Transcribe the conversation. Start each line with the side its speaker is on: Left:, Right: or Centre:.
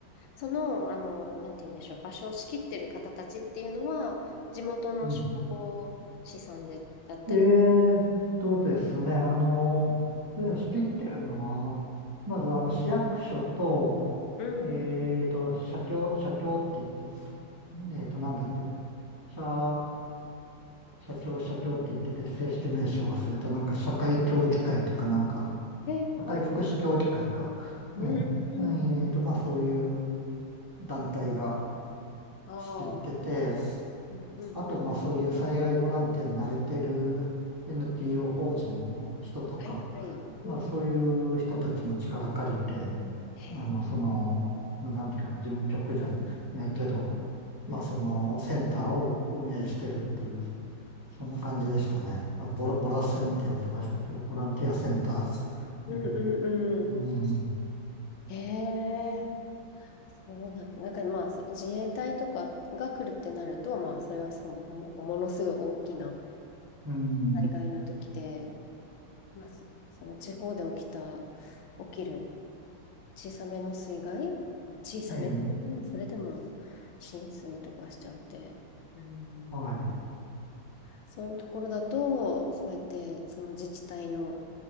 Left: その、あの、なんて言うんでしょう、場所を仕切ってる方たちっていうのは、地元の消防士さんで、
Right: うん
Left: だったり。
Right: えーっとですね、あの、そういうの仕切ってるのは、
Left: うん。
Right: まずあの市役所と、
Left: うん。
Right: えーっと、社協、社協って言って、えーっと、なんだって、社、社協、社協って言ってて、正式名称忘れた、なんか社会協議会とか、なんか、
Left: えーはい。
Right: 社会福祉協議会か。
Left: うん。
Right: うん。えーっと、まあそういう団体が
Left: ああ。
Right: 仕切ってて、
Left: うん、うん、
Right: あと、
Left: うん。
Right: まあそういう災害ボランティアに慣れてる NPO 法人の人とか、
Left: はい、はい。うん。
Right: まあそういう人たちの力借りて、
Left: へえ。
Right: あの、その、なんていうか、事務局じゃないけど、
Left: うん。
Right: まあそのセンターを運営してるっていう、そんな感じでしたね。あ、ボラ、ボラセンって呼んでましたけど、ボランティアセンタ
Left: うんうんうん
Right: ー。ねうん、
Left: へえそうなんだ。なんかまあ、そ自衛隊とかが来るってなると、まあ、それはその、もものすごい大きな
Right: うん、
Left: 災害の時で、まあ、そ、その地方で起きた、起きる小さめの水害、小さめ、
Right: ええ、
Left: うん、それでも浸水とかしちゃって、うん、
Right: はい。
Left: そういうところだと、そうやって、その自治体の、